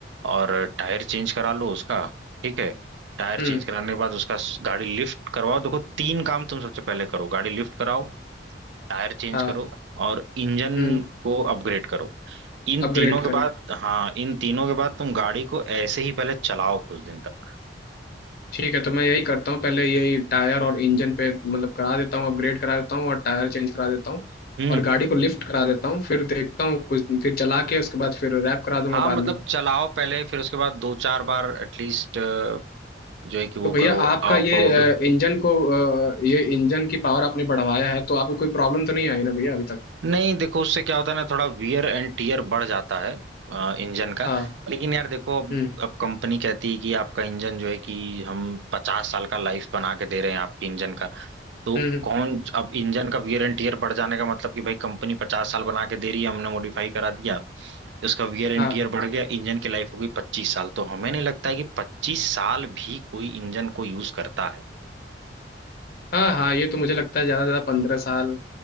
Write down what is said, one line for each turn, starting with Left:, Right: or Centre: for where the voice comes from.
Right: और टायर चेंज करा लो उसका ठीक है टायर
Left: हम्म
Right: चेंज कराने के बाद उसका गाड़ी लिफ्ट करवाओ देखो तीन काम तुम सबसे पहले करो गाड़ी लिफ्ट कराओ टायर चेंज
Left: हाँ
Right: करो और इंजन
Left: हम्म
Right: को अपग्रेड करो इन
Left: अपग्रेड
Right: तीनों के
Left: करें
Right: बाद हाँ इन तीनों के बाद तुम गाड़ी को ऐसे ही पहले चलाओ कुछ दिन तक
Left: ठीक है तो मैं यही करता हूँ पहले यही टायर और इंजन पे मतलब करा देता हूँ अपग्रेड करा देता हूँ और टायर चेंज करा देता हूँ
Right: हम्म
Left: और गाड़ी को लिफ्ट करा देता हूँ फिर देखता हूँ कुछ फिर चला के उसके बाद फिर रैप करा दूंगा
Right: हाँ मतलब
Left: बाद में
Right: चलाओ पहले फिर उसके बाद दो चार बार एटलीस्ट जो है कि वो
Left: तो भैया
Right: करो
Left: आपका
Right: ऑफ
Left: ये
Right: रोड
Left: अ, इंजन को अ, ये इंजन की पावर आपने बढ़वाया है तो आपको कोई प्रॉब्लम तो नहीं आई ना भैया अभी तक
Right: नहीं देखो उससे क्या होता है ना थोड़ा वियर एंड टीयर बढ़ जाता है इंजन का
Left: हाँ
Right: लेकिन यार देखो अब
Left: हम्म
Right: अब कंपनी कहती है कि आपका इंजन जो है कि हम पचास साल का लाइफ बना के दे रहे हैं आपके इंजन का तो
Left: हम्म हम्म,
Right: कौन अब इंजन का वियर एंड टीयर बढ़ जाने का मतलब कि भाई कंपनी पचास साल बना के दे रही है हमने मॉडिफाई करा दिया उसका वियर एंड
Left: हाँ
Right: टीयर बढ़ गया इंजन की लाइफ हो गई पच्चीस साल तो हमें नहीं लगता है कि पच्चीस साल भी कोई इंजन को यूज करता
Left: हाँ हाँ ये तो मुझे लगता है ज़्यादा से ज़्यादा पंद्रह साल